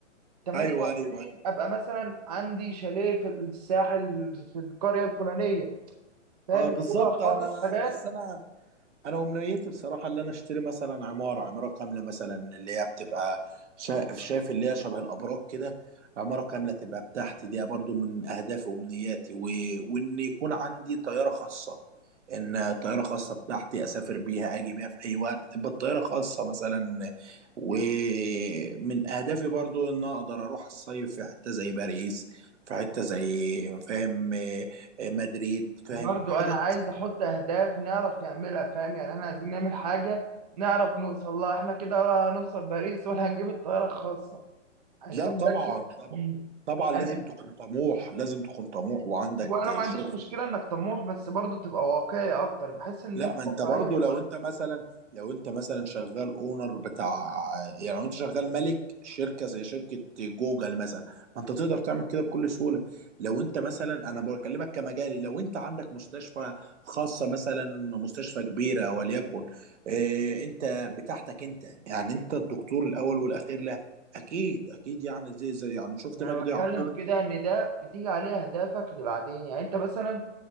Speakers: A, on the right; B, on the right.
A: 28
B: ايوه ايوه
A: ابقى مثلا عندي شاليه في الساحل في القريه الفلانيه فاهم
B: اه بالظبط
A: اللي هو خاطط
B: انا
A: حاجات
B: بس انا انا امنيتي بصراحه اللي انا اشتري مثلا عماره عماره كامله مثلا اللي هي بتبقى شا- شايف اللي هي شبه الابراج كده عماره كامله تبقى بتاعتي دي برضو من اهدافي وامنياتي و... وان يكون عندي طياره خاصه ان طياره خاصه بتاعتي اسافر بيها اجي بيها في اي وقت تبقى الطياره خاصه مثلا ومن اهدافي برضو ان اقدر اروح الصيف في حته زي باريس في حته زي فاهم آه، آه، مدريد فاهم
A: برضو
B: حتت
A: انا عايز احط اهداف نعرف نعملها فاهم يعني احنا عايزين نعمل حاجه نعرف نوصل لها احنا كده ولا هنوصل باريس ولا هنجيب الطياره الخاصه عايزين
B: لا طبعا
A: نركز
B: طبعا طبعا لازم
A: يعني
B: تكون طموح لازم تكون طموح وعندك
A: هو انا ما عنديش
B: شغل
A: مشكله انك طموح بس برضه تبقى واقعي اكتر بحس ان
B: لا
A: انت
B: ما انت
A: واقعيه
B: برضو لو انت مثلا لو انت مثلا شغال اونر بتاع يعني لو انت شغال مالك شركه زي شركه جوجل مثلا ما انت تقدر تعمل كده بكل سهوله لو انت مثلا انا بكلمك كمجالي لو انت عندك مستشفى خاصه مثلا مستشفى كبيره وليكن اه انت بتاعتك انت يعني انت الدكتور الاول والاخير لا اكيد اكيد يعني زي زي يعني شفت
A: ما
B: مجدي
A: انا بتكلم
B: يعقوب
A: في كده ان ده بتيجي عليه اهدافك لبعدين يعني انت مثلا